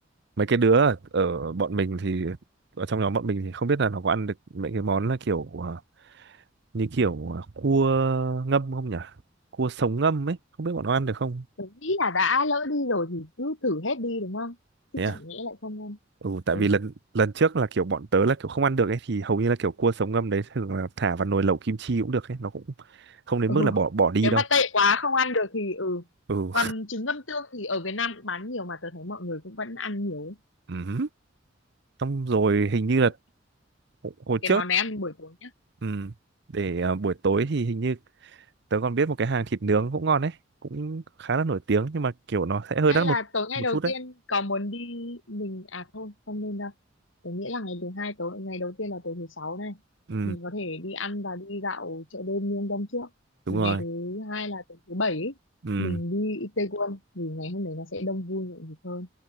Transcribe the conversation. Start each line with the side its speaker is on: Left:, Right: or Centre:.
Right: mấy cái đứa ở, ở bọn mình thì ở trong nhóm bọn mình thì không biết là nó có ăn được mấy cái món là kiểu ờ, như kiểu ờ, cua ngâm không nhỉ cua sống ngâm ấy không biết bọn nó ăn được không
Left: tôi nghĩ là đã lỡ đi rồi thì cứ thử hết đi đúng không? Chứ
Right: Thế à?
Left: chẳng nhẽ lại không ăn.
Right: Ừ, tại
Left: Ừ.
Right: vì lần lần trước là kiểu bọn tớ là kiểu không ăn được ấy thì hầu như là kiểu cua sống ngâm đấy thường là thả vào nồi lẩu kim chi cũng được ấy nó cũng không đến
Left: ừ.
Right: mức là bỏ bỏ đi
Left: Nếu
Right: đâu
Left: mà tệ quá không ăn được thì ừ.
Right: ừ
Left: Còn trứng ngâm tương thì ở Việt Nam cũng bán nhiều mà tôi thấy mọi người cũng vẫn ăn nhiều ấy.
Right: <laughs> Ừm. xong rồi hình như là
Left: Ok,
Right: hồi hồi
Left: Cái
Right: trước
Left: món này ăn buổi tối nhá.
Right: ừm, để à, buổi tối thì hình như tớ còn biết một cái hàng thịt nướng cũng ngon đấy cũng khá là nổi tiếng nhưng mà kiểu nó sẽ hơi
Left: Hay
Right: đắt
Left: là
Right: một
Left: tối ngày
Right: một
Left: đầu
Right: chút đấy
Left: tiên có muốn đi mình à thôi không nên đâu. Tớ nghĩ là ngày thứ hai tối ngày đầu tiên là tối thứ sáu này.
Right: ừ
Left: Mình có thể đi ăn và đi dạo chợ đêm miền Đông trước.
Right: đúng
Left: Rồi
Right: rồi
Left: ngày thứ hai là tối thứ bảy ấy,
Right: ừ
Left: mình đi Itaewon vì ngày hôm đấy nó sẽ đông vui nhộn nhịp hơn.